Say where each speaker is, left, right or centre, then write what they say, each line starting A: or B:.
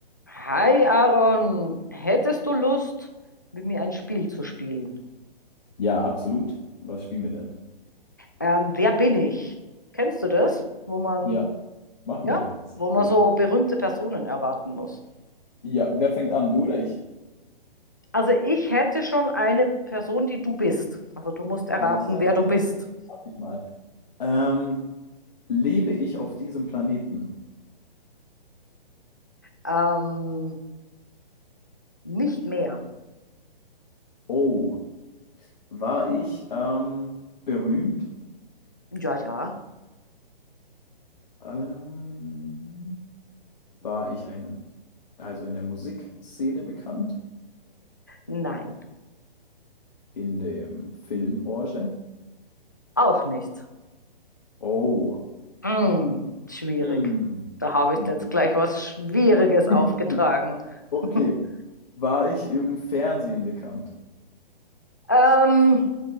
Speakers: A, on the left; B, on the left.
A: Hi Aaron, hättest du Lust, mit mir ein Spiel zu spielen?
B: Ja, absolut. Was spielen wir denn?
A: Ähm, wer bin ich? Kennst du das? Wo man,
B: Ja, machen
A: ja,
B: wir. Sehr
A: wo man
B: cool.
A: so berühmte Personen erraten muss.
B: Ja, wer fängt an? Du oder ich?
A: Also ich hätte schon eine Person, die du bist. Also du musst erraten,
B: Alles klar,
A: wer du
B: dann
A: bist.
B: mach ich mal. Ähm, lebe ich auf diesem Planeten?
A: Ähm, nicht mehr.
B: Oh, war ich ähm, berühmt?
A: Ja, ja.
B: Ähm, war ich ein, also in der Musikszene bekannt?
A: Nein,
B: In der Filmbranche?
A: auch nicht.
B: Oh,
A: Hm, schwierig.
B: hm.
A: Da habe ich
B: Ja.
A: jetzt gleich was Schwieriges aufgetragen.
B: <laughs> Okay.
A: <laughs>
B: War ich im Fernsehen bekannt?
A: Ähm,